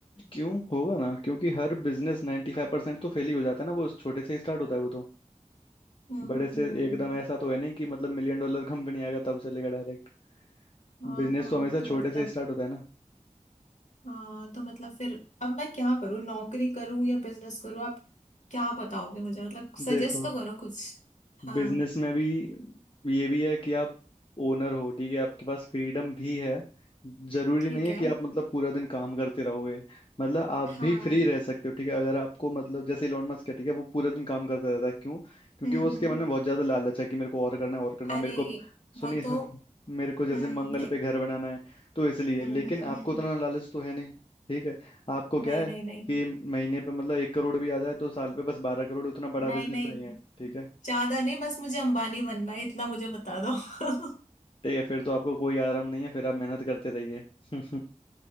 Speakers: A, on the left; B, on the left.
A: क्यों होगा ना क्योंकि हर बिजनेस नाइन्टी फाइव परसेंट तो फेल ही हो जाता है ना वो छोटे से ही स्टार्ट होता है वो तो
B: हम्म
A: बड़े
B: हम्म
A: से
B: हम्म।
A: एकदम ऐसा तो है नहीं कि मतलब मिलियन डॉलर कंपनी आएगा तब चलेगा डायरेक्ट
B: हाँ
A: बिजनेस
B: हाँ
A: तो हमेशा
B: तो
A: छोटे
B: मतलब
A: से स्टार्ट होता है ना
B: हाँ तो मतलब फिर अब मैं क्या करूँ नौकरी करूँ या बिजनेस करूँ आप क्या बताओगे मुझे मतलब
A: <laughs>
B: सजेस्ट
A: देखो
B: तो करो कुछ हाँ
A: बिजनेस में भी ये भी है कि आप ओनर हो ठीक है आपके पास फ्रीडम भी है जरूरी
B: ठीक
A: नहीं है
B: है
A: कि आप मतलब पूरा दिन काम करते रहोगे मतलब आप
B: हाँ
A: भी फ्री रह सकते हो ठीक है अगर आपको मतलब जैसे इलोन मस्क है ठीक है वो पूरा दिन काम करता रहता है क्यों क्योंकि
B: हम्म
A: वो उसके
B: हम्म
A: मन में बहुत ज्यादा लालच है कि मेरे को और करना है और करना
B: अरे
A: है मेरे को सुनिए
B: वो
A: <laughs> सुन-
B: तो
A: मेरे को जैसे
B: हम्म
A: मंगल
B: देख
A: पे घर बनाना है तो इसलिए
B: हम्म
A: लेकिन
B: हम्म
A: आपको
B: हम्म
A: उतना लालच तो है नहीं ठीक है आपको क्या
B: नहीं
A: है
B: नहीं नहीं
A: कि महीने पे मतलब एक करोड़ भी आ जाए तो साल पे बस बारह करोड़ उतना बड़ा
B: नहीं
A: बिजनेस
B: नहीं
A: नहीं है ठीक है
B: ज्यादा नहीं बस मुझे अंबानी बनना है इतना मुझे बता दो <laughs>
A: ठीक है फिर तो आपको कोई आराम नहीं है फिर आप मेहनत करते रहिए <laughs>